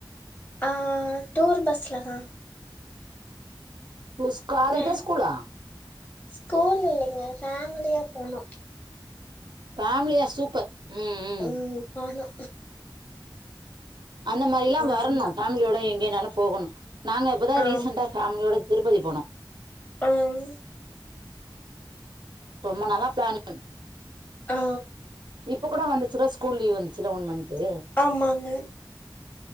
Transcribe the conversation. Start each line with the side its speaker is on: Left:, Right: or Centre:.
Left: ஆ டூர் பஸ்ல தா
Right: ஓஸ்காலஜா,
Left: வேன்
Right: ஸ்கூலா?
Left: ஸ்கூல் இல்லைங்க ஃபேமிலியா போனோ
Right: பேமிலியா சூப்பர் ம் ம்
Left: உம் ஆஹா
Right: அந்த மாரிலாம் வரணும்
Left: வந்தோ
Right: ஃபேமிலியோட எங்கனாலும் போகணும் நாங்க இப்பதான்
Left: ஆமா
Right: ரீசெண்டா ஃபேமிலியோட திருப்பதி போனோ
Left: ஆம்
Right: ரொம்ப நாலா பிளானு
Left: ஆ
Right: இப்ப கூட வந்துச்சுல ஸ்கூல் லீவ் வந்துச்சுல ஒன் மன்து
Left: ஆமாங்க